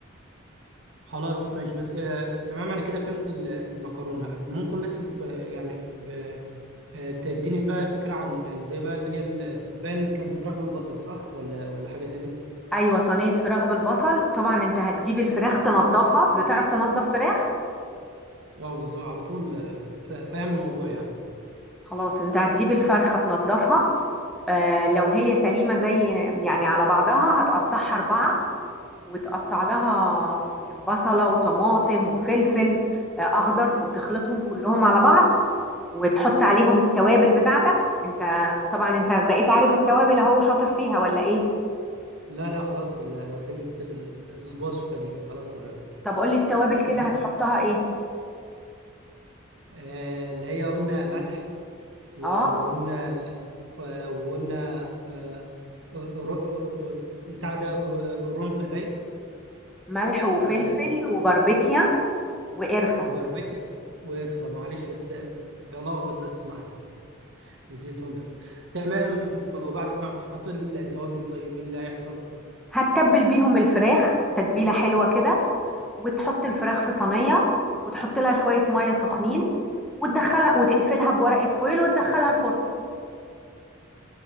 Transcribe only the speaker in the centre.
ايوه صينيه فراخ بالبصل طبعا انت هتجيب الفراخ تنضفها بتعرف تنضف فراخ
خلاص انت هتجيب الفرخه تنضفها آه لو هي سليمه زي يعني على بعضها هتقطعها اربعه وتقطع لها بصله وطماطم وفلفل آه اخضر وتخلطهم كلهم على بعض وتحط عليهم التوابل بتاعتك انت طبعا انت بقيت عارف التوابل اهو شاطر فيها ولا ايه
طب قولي التوابل كده
هتحطها
ايه
اه
ملح وفلفل
وباربيكيا وقرفه
هتتبل بيهم الفراخ تتبيلة حلوة كده وتحط الفراخ في صينية وتحط لها شوية مية سخنين وتدخلها وتقفلها بورقة فويل وتدخلها الفرن